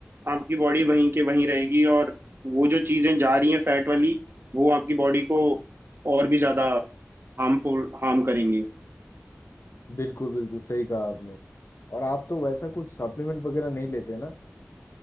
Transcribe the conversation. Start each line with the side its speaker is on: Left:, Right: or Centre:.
Right: आपकी बॉडी वहीं के वहीं रहेगी और वो जो चीजें जा रही हैं फैट वाली वो आपकी बॉडी को और भी ज्यादा हार्मफुल हार्म करेंगी
Left: बिल्कुल बिल्कुल सही कहा आपने और आप तो वैसा कुछ सप्लीमेंट वगैरह नहीं लेते ना